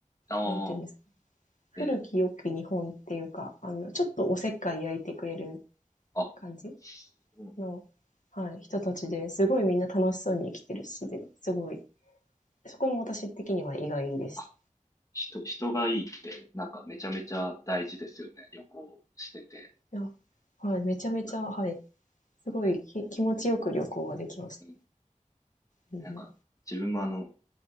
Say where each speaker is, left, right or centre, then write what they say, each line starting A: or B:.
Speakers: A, on the left (about 25°); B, on the left (about 70°).
A: ああ、
B: なんていうんですかね古き良き日本っていうか、
A: えー
B: あの、ちょっとおせっかい焼いてくれる
A: あ、
B: 感じ
A: そうなんだ
B: の、はい、人たちですごいみんな楽しそうに生きてるし、で、すごい、そこも私的には意外でした。
A: あ、人、人がいいって、なんかめちゃめちゃ大事ですよね、旅行してて。
B: いや、はい、めちゃめちゃ、
A: なんか
B: はい、すごいき気持ちよく旅行ができました。
A: うん
B: うん
A: なんか自分もあの、